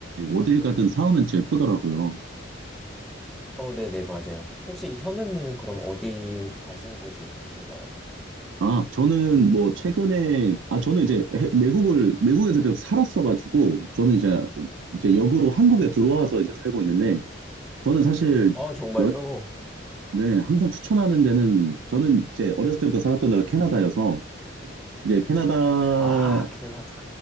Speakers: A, on the right (about 70°); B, in the centre.
A: 어딜 가든 사원은 제일 예쁘더라고요.
B: 어, 네, 네, 맞아요. 혹시 현우님은 그럼 어디 가신 곳이 있으신가요?
A: 아, 저는 뭐 최근에 아 저는 이제 해- 외국을 외국에서 계속 살았어가지고 저는 이제 이제 역으로 한국에
B: 아,
A: 들어와서 이제 살고 있는데 저는 사실
B: 아 정말요?
A: 여행 네, 항상 추천하는 데는 저는 이제 어렸을 때부터 살았던 데가 캐나다여서 이제 캐나다
B: 와, 캐나다.